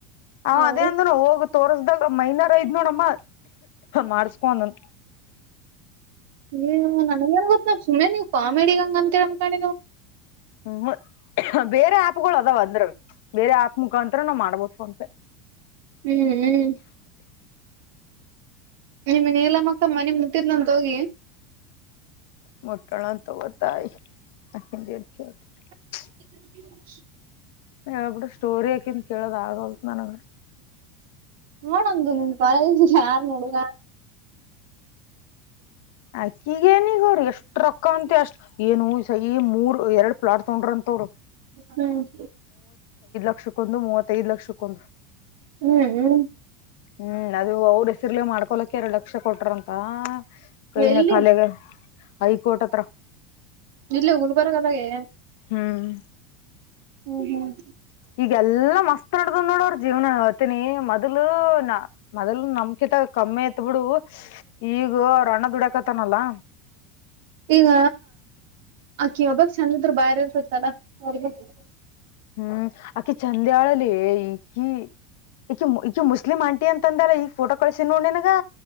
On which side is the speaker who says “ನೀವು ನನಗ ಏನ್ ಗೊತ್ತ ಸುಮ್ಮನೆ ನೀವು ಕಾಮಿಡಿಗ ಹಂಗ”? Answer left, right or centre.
Right